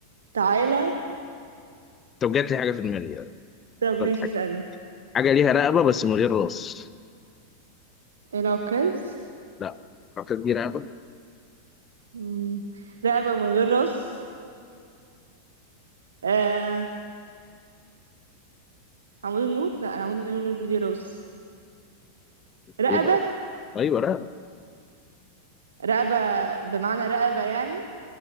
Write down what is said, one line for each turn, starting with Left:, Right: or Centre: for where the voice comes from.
Right: تعالى
Left: طب جات لي حاجة في دماغي آه،
Right: طب
Left: افتكرت
Right: ماشي
Left: حاجة
Right: اسألني
Left: حاجة ليها رقبة بس من غير راس
Right: العكاز
Left: لا أعتقد دي رقبة
Right: مم. رقبة من غير راس آه عمود النور لا العمود النور ليه راس رقبة
Left: إيه بقى أقول لك؟ أيوه رقبة
Right: رقبة بمعنى رقبة يعني